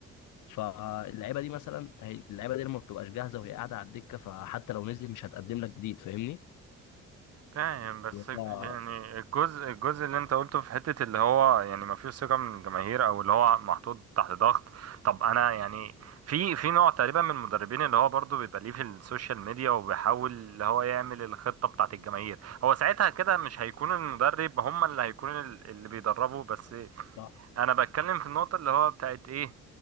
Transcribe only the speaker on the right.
فاهم بس
يعني الجزء الجزء اللي انت قلته في حتة اللي هو يعني ما فيش ثقة من الجماهير او اللي هو محطوط تحت ضغط طب انا يعني في في نوع تقريبا من المدربين اللي هو برضو بيبقى ليه في السوشيال ميديا وبيحاول اللي هو يعمل الخطة بتاعت الجماهير هو ساعتها كده مش هيكون المدرب هم اللي هيكون ال- اللي بيدربوا بس
انا بتكلم في النقطة اللي هو بتاعت ايه